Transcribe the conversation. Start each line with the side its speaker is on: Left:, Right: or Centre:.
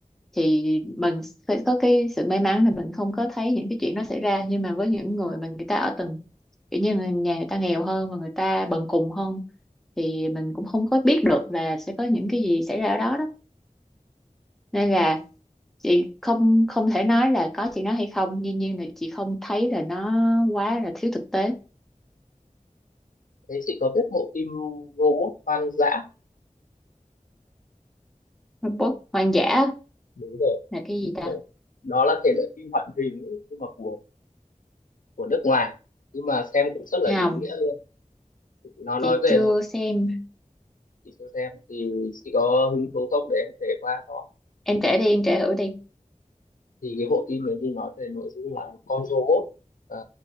Centre: thì mình phải có cái sự may mắn là mình không có thấy những cái chuyện nó xảy ra nhưng mà với những người mà người ta ở tầng kiểu như là nhà người ta nghèo hơn và người ta bần cùng hơn thì mình cũng không có biết được là sẽ có những cái gì xảy ra ở đó đó nên là chị không không thể nói là có chị nó hay không dĩ nhiên là chị không thấy là nó quá là thiếu thực tế
Left: thế chị có biết bộ phim Robot Hoang Dã
Centre: robot hoang dã
Left: đúng rồi
Centre: là cái gì ta
Left: bộ đó là thể loại phim hoạt hình ấy, nhưng mà của của nước ngoài nhưng mà xem cũng rất là
Centre: không
Left: ý nghĩa luôn nó
Centre: chị
Left: nói về
Centre: chưa
Left: một
Centre: xem
Left: chị cho xem thì chị có hứng thú không để em kể qua cho
Centre: em kể đi em kể thử đi
Left: thì cái bộ phim này như nói về nội dung là một con robot ờ,